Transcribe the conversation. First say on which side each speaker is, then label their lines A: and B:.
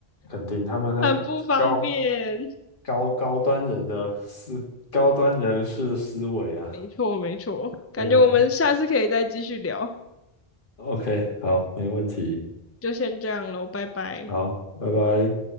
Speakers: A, on the left; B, on the left.
A: 肯定他们的高
B: 很不方便。
A: 高高端人的思高端人士的思维啊，
B: 没错没错，感觉我们下次可以再继续聊，
A: 真的 OK，好，没问题，
B: 就先这样喽，拜拜。
A: 好，拜拜。